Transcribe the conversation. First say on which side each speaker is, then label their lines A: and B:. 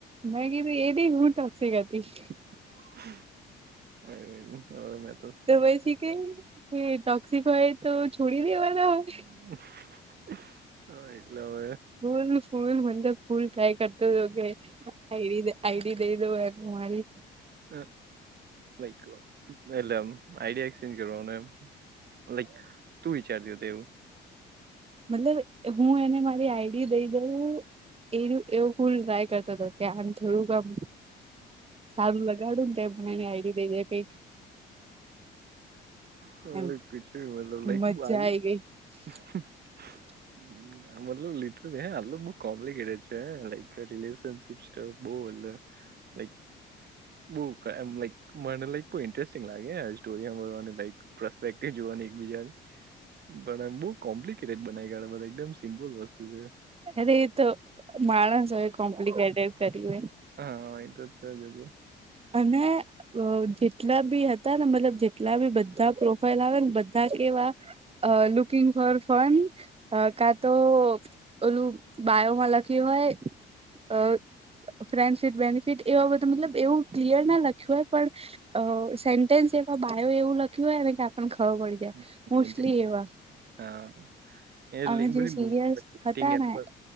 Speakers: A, on the right; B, on the right.
A: મે કીધું એ નહીં હું ટોક્સિક હતી.
B: <unintelligible> અરે હવે મે
A: તો પછી કે, એ ટોક્સિક હોય તો છોડી દેવાના હોય.
B: <inaudible> હા એટલે હવે
A: ફૂલ ફૂલ મન તો ફૂલ ટ્રાય કરતો તો મન તો કે આઈડી ડે આઈ ડી દઈ દઉ એમ તમારી
B: અ લાઈક અ એટલે એમ એઈડિયા એક્સચેન્જ કરવાનો એમ. લાઈક તું વિચારતી હતી એવું?
A: મતલબ હું એને મારી આઈડી દઈ દઉ, એર્યૂ એવુ ફૂલ ટ્રાય કરતો હતો. કે આને થોડુંક ઓમ સારું લગાડુંન તે મને આઈડી દઈ દે કઈક
B: હલે
A: એમ
B: કૂચ બી મતલબ
A: મજા
B: લાઈક
A: આઈ ગઈ
B: <unintelligible>
A: <inaudible>
B: હમ્મ, મતલબ લિટરલી હ, આતો બઉ કોમ્લિકેટે છે હ, લાઈક રિલેશનશીપ બઉ એટલે લાઇક બહુ એમ લાઇક મને લાઇક બહુ ઇન્ટરેસ્ટિંગ લાગે સ્ટોરીવા લાઇક પ્રસ્પેક્ટિવ જોવાની બીજાની, પણ આમ બહુ કોમ્પ્લિકેટેડ બનાવી કાઢે બધા એકદમ સિમ્પલ વસ્તુ છે.
A: અરે એ તો માણસ હવે કોમ્પ્લિકેટેડ કર્યું એ
B: હા એ તો છેજ એવુ.
A: અને અ જેટલાબી હતા ને, મતલબ જેટલા બી બધા પ્રોફાઈલ આવે ને બધા કેવા uh looking for fun uh કાતો, ઓલું બાયોમાં લખ્યું હોય, અ ફ્રેન્ડશિપ બેની ફીટ, એવા બધ મતલબ એવું ક્લિયર ના લખ્યું હોય, પણ અ સેન્ટેન્સ એવા બાયો એવું લખ્યું હોય ને, કે આપડન ખબર પડી જાય
B: <unintelligible>
A: મોસ્ટલી એવા
B: અ એવી
A: અને જે
B: બધી
A: સિરિયસ
B: <unintelligible>
A: હતા
B: અપ
A: ને
B: પર